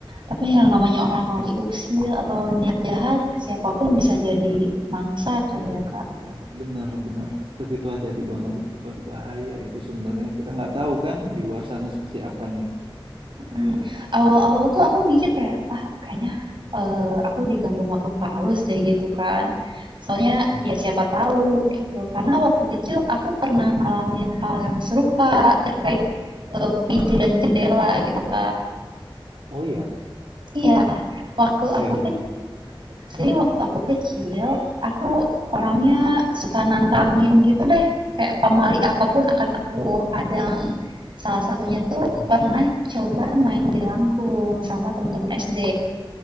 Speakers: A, on the right; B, on the right.
A: Tapi yang namanya orang lagi usil atau niat jahat, siapapun bisa jadi mangsa kali
B: Iya,
A: ya, Kak.
B: benar-benar. Tapi itu hati-hati banget, loh. itu paling bahaya itu sebenarnya. Kita nggak tahu kan di luar sana seperti apanya.
A: Mm, Awal-awal tuh aku mikir kayak, ah kayaknya eh, aku diganggu makhluk halus deh gitu kan. Soalnya
B: Hmm.
A: ya siapa tahu gitu. Karena waktu kecil aku pernah ngalamin hal yang serupa terkait eh, pintu dan jendela gitu Kak.
B: Oh iya,
A: Iya, waktu
B: kayak
A: aku
B: gimana?
A: ke jadi waktu aku kecil, aku orangnya suka nantangin gitu deh, kayak pamali apapun akan aku hadang. Salah satunya tuh
B: Mhm.
A: pernah coba main jelangkung sama teman-teman SD.